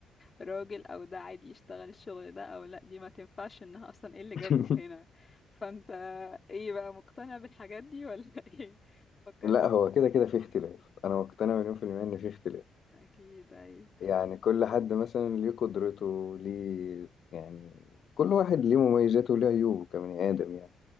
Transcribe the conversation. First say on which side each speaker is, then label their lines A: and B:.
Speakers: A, on the left; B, on the left.
A: راجل او ده عادي يشتغل الشغل ده او لا دي ما تنفعش انها اصلا ايه اللي جابها
B: <laughs>
A: هنا فانت ايه بقى مقتنع بالحاجات دي ولا <laughs> ايه فكري
B: لا هو كده كده في اختلاف انا مقتنع مليون في المية ان في اختلاف
A: اكيد ايوه
B: يعني كل حد مثلا ليه قدرته ليه يعني كل واحد ليه مميزاته وليه عيوبه كبني ادم يعني